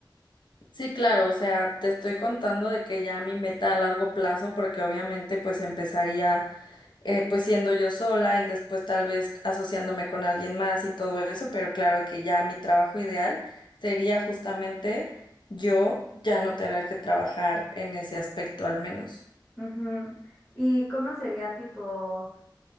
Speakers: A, on the left; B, on the left.
A: sí, claro, o sea, te estoy contando de que ya mi meta a largo plazo, porque obviamente pues empezaría eh, pues siendo yo sola y después tal vez asociándome con alguien más y todo eso, pero claro que ya mi trabajo ideal sería justamente yo ya no tener que trabajar en ese aspecto al menos.
B: Ujú. ¿Y cómo sería tipo?